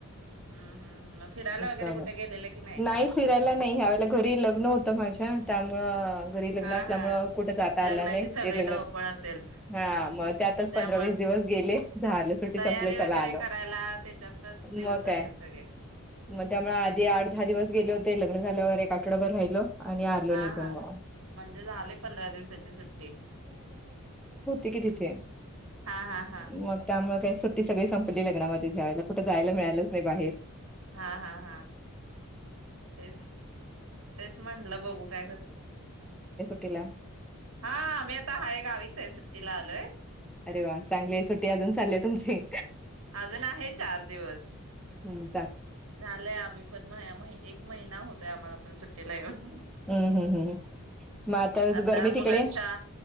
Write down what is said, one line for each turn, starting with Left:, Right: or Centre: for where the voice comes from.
Right: हम्म हम्म मग फिरायला वगैरे
Centre: जाऊ
Right: कुठे गेलेलं की
Centre: नाही फिरायला नाही यावेळेला घरी लग्न होतं माझ्या त्यामुळं.. घरी लग्न
Right: हा
Centre: असल्यामुळे
Right: हा
Centre: कुठे जाता
Right: लग्नाची
Centre: आला नाही? ते
Right: सगळी
Centre: लग्न
Right: धावपळ असेल
Centre: हा मग त्यातच
Right: त्यामुळे
Centre: पंधरा वीस दिवस गेले झालं सुट्टी
Right: तयारी
Centre: संपले चला
Right: वगैरे
Centre: आलो
Right: करायला त्याच्यातच दिवस
Centre: मग
Right: जातात
Centre: काय
Right: सगळे
Centre: मग त्यामुळे आधी आठ दहा दिवस गेले होते ते लग्न झाल्यावर एक आठडभर राहिलो आणि आलो
Right: हा
Centre: निघून
Right: हा
Centre: मग
Right: म्हणजे झाले पंधरा दिवसाची सुट्टी
Centre: ती की तिथे
Right: हा हा हा
Centre: मग त्यामुळे काही सुट्टी सगळी संपली लग्नामध्ये ह्या वेळेला कुठं जायला मिळालंच नाही बाहेर
Right: हा हा हा तेच तेच म्हणलं बघू काय?
Centre: तिला
Right: हा मी आता हाय गावीच आहे सुट्टीला आलोय
Centre: अरे वा चांगली सुट्टी अजून चालाल्या तुमची
Right: अजून आहे चार दिवस
Centre: हम्म!
Right: झालंय आम्ही पण मा माहि एक महिना होतंय आम्हाला पण सुट्टीला येऊन.
Centre: हम्म हम्म हम्म मग
Right: आता
Centre: गरमी तिकडे
Right: मुलांच्या